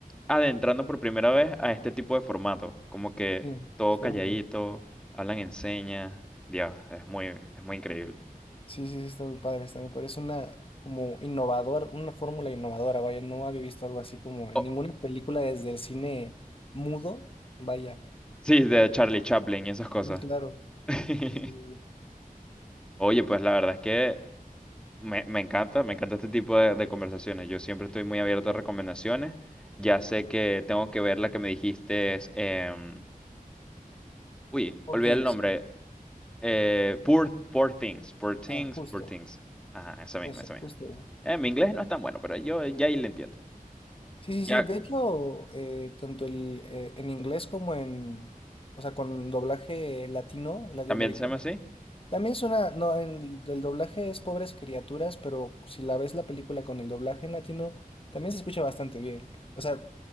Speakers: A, in the centre; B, on the left.
A: adentrando por primera vez a este tipo de formato, como que
B: Sí,
A: todo
B: está
A: calladito,
B: muy bueno.
A: hablan en señas, Dios, es muy, es muy increíble.
B: Sí, sí, sí, está muy padre, está muy padre. Es una como innovador, una fórmula innovadora, vaya, no había visto algo así como en
A: Oh,
B: ninguna película desde el cine mudo, vaya.
A: sí, de Charlie Chaplin y esas cosas.
B: Sí, claro.
A: <laughs>
B: Y
A: Oye, pues la verdad es que Me, me encanta, me encanta este tipo de, de conversaciones. Yo siempre estoy muy abierto a recomendaciones. Ya sé que tengo que ver la que me dijiste. es, em, uy,
B: Poor
A: olvidé
B: Things.
A: el nombre. Eh, Poor, Poor Things. Poor Things,
B: Ah, justo,
A: Poor Things. Ajá, esa misma,
B: esa,
A: esa misma.
B: justo esa.
A: Eh, mi inglés no es tan bueno, pero yo ya ahí le entiendo.
B: Sí, sí,
A: Ya,
B: sí, de hecho, eh, tanto el, eh, en inglés como en, o sea, con doblaje latino, latinoamericano.
A: ¿también se llama así?
B: También suena, no, en- el doblaje es Pobres Criaturas, pero si la ves la película con el doblaje en latino, también se escucha bastante bien. O sea,